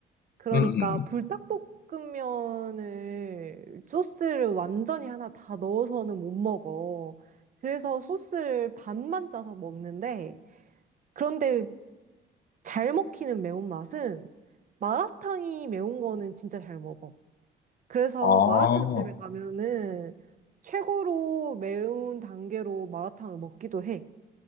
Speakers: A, on the right; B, on the left.
A: 그러니까
B: 응, 응.
A: 불닭볶음면을 소스를 완전히 하나 다 넣어서는 못 먹어. 그래서 소스를 반만 짜서 먹는데, 그런데 잘 먹히는 매운맛은 마라탕이 매운 거는 진짜 잘 먹어. 그래서
B: 아,
A: 마라탕집에 가면은 최고로 매운 단계로 마라탕을 먹기도 해.